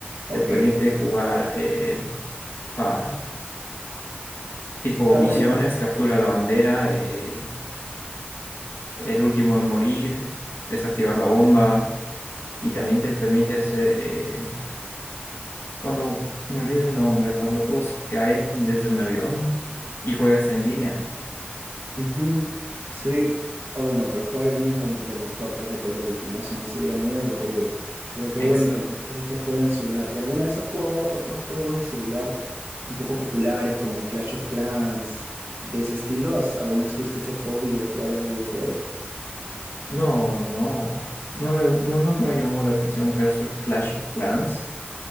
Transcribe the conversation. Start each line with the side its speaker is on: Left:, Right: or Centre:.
Right: Ok,
Left: te permite jugar eh, a tipo
Right: está
Left: misiones,
Right: bueno, ¿ah?
Left: captura la bandera, eh, el último en morir, desactivar la bomba, y también te permite hacer, eh, cuando me olvidé el nombre, cuando todos caen desde un avión y juegas en línea.
Right: Ujú. Sí, ah, bueno, pero jugar en línea es lo, lo mejor pues de Call of Duty, ¿no? Si no sería muy aburrido. Pero qué
Left: Exacto.
Right: bueno que le metes este juego en el celular. ¿Y alguna vez has jugado otros juegos de celular un poco populares como Clash of Clans, de ese estilo? ¿Has- alguna vez tuviste ese hobby de jugar esos videojuegos?
Left: No, no, no me, no- nunca me llamó la atención Clash, Clash of Clans.